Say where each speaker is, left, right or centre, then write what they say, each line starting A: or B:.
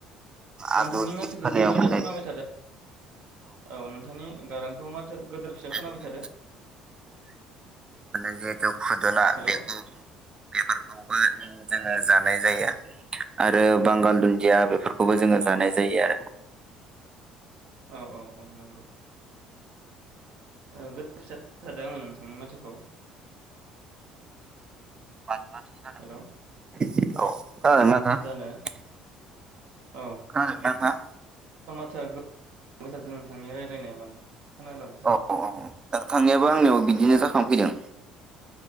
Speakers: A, on the right (about 25°); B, on the right (about 60°).
A: आलु
B: नोंथांनि
A: जिब
B: माथोखौ
A: खोनायाव
B: गोदोर
A: मोननाय
B: फिसा खोनाबाय थादो औ नोंथांनि गारांखौ माथो गोदोर फिसा
A: आलुनि
B: खोनाबाय थादो।
A: माने जिहेतु फुदुना
B: हेलौ
A: बेखौ बेफोरखौबो जों जानाय जायो आरो बांगाल दुन्दिया बेफोरखौबो जोङो जानाय जायो आरो।
B: औ औ औ नंगौ। ओ गोदोर फिसा खोनाबायथादों आङो नोंथांनि माथोखौ।
A: मानो खोनादों
B: हेलौ
A: औ खोनादों ना
B: जानो
A: नोंथांआ खोनादों
B: औ
A: ना नोंथां
B: <unintelligible> नोंथांनि रायज्लायनाया माने खोनालांबाय थादों
A: औ औ दा थांनायाबो आंनियाव बिदिनो जाखां फैदों।